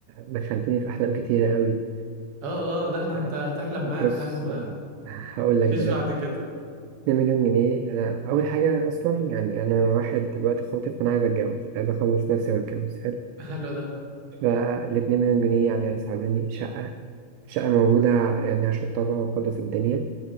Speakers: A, on the right; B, on the right.
A: دخلتني في أحلام كتيرة أوي
B: اه اه لا انا
A: آه،
B: انت هتحلم
A: بص
B: معايا احلام
A: آه، هقول لك
B: مفيش
A: دلوقتي
B: بعد كده
A: 2 مليون جنيه أنا أول حاجة أصلا يعني أنا واحد دلوقتي خاطب فأنا عايز أتجوز عايز أخلص نفسي وأتجوز حلو
B: حلو ده
A: فالاتنين مليون جنيه يعني هيساعدوني شقة شقة موجودة يعني هشطبها وأخلص الدنيا